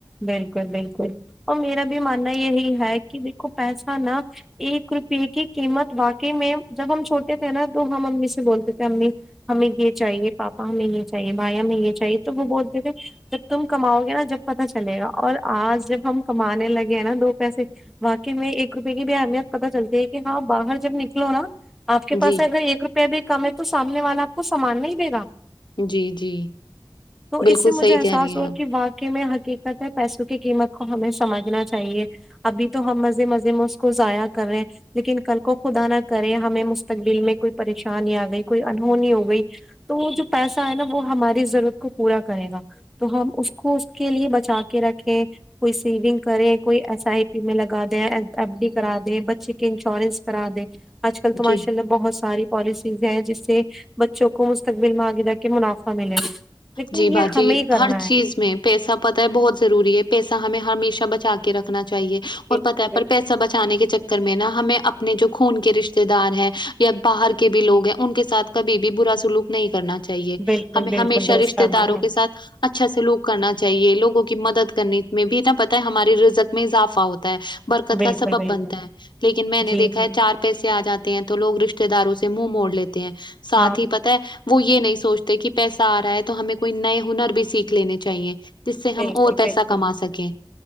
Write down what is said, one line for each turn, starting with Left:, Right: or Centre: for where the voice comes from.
Centre: بالکل بالکل اور میرا بھی ماننا یہی ہے کہ دیکھو پیسہ نہ ایک روپے کی قیمت واقعی میں جب ہم چھوٹے تھے نا تو ہم امی سے بولتے تھے امی ہمیں یہ چاہیے پاپا ہمیں یہ چاہیے بھائی ہمیں یہ چاہیے تو وہ بولتے تھے جب تم کماو گے نا جب پتا چلے گا اور آج جب ہم کمانے لگے ہیں نا دو پیسے واقعی میں ایک روپے کی بھی اہمیت پتا چلتی ہے کہ ہاں باہر جب نکلو نا اپ کے پاس
Left: جی
Centre: اگر ایک روپیہ بھی کم ہے تو سامنے والا اپ کو سامان نہیں دے گا
Left: جی جی
Centre: تو
Left: بالکل
Centre: اس سے مجھے
Left: صحیح
Centre: احساس
Left: کہہ رہی
Centre: ہوا
Left: ہیں آپ
Centre: کہ واق عی میں حقیقت ہے پیسوں کی قیمت کو ہمیں سمجھنا چاہیے ابھی تو ہم مزے مزے میں اس کو ضائع کر رہے ہیں لیکن کل کو خدا نہ کرے ہمیں مستقبل میں کوئی پریشانی اگئی کوئی انہونی ہو گئی تو وہ جو پیسہ ہے نا وہ ہماری ضرورت کو پورا کرے گا تو ہم اس کو اس کے لیے بچا کے رکھیں کوئی سیونگ کریں کوئی ایس آئی پی میں لگا دیں ایف ڈی کرا دیں بچے انشورینس کرا دے آج کل تو ماشاء
Left: جی
Centre: اللہ بہت ساری پالیسیز ہیں جس سے بچوں کو مستقبل میں آگے جا کے منافع ملے لیکن
Left: جی باجی
Centre: یہ ہمیں ہی کرنا
Left: ہر چیز
Centre: ہے
Left: میں پیسہ پتا ہے بہت ضروری ہے پیسہ ہمیں ہمیشہ بچا کے رکھنا چاہیے
Centre: بالکل
Left: اور پتہ ہے
Centre: بالکل
Left: پر پی سا بچانے کے چکر میں نا ہمیں اپنے جو خون کے رشتے دار ہیں یا باہر کے بھی لوگ ہیں ان کے ساتھ کبھی بھی برا سلوک نہیں کرنا چاہیے
Centre: بالکل
Left: ہمیں
Centre: بالکل
Left: ہمیشہ
Centre: درست
Left: رشتے
Centre: فرمایا
Left: داروں کے ساتھ اچھا سلوک کرنا چاہیے لوگوں کی مدد کرنے میں بھی نہ پتا ہے ہماری رزق میں اضافہ ہوتا ہے برکت
Centre: بالکل
Left: کا سبب
Centre: بالکل
Left: بنتا ہے لیکن میں نے
Centre: جی
Left: دیکھا
Centre: جی
Left: ہے چار پیسے اجاتے ہیں تو لوگ رشتے داروں سے منہ موڑ لیتے ہیں ساتھ
Centre: ہاں
Left: ہی پتا ہے وہ یہ نہیں سوچتے کہ پیسہ آ رہا ہے تو ہمیں کوئی نئے ہنر بھی سیکھ لینے چاہیے جس سے
Centre: بالکل
Left: ہم اور پیسہ
Centre: بالکل
Left: کما سکیں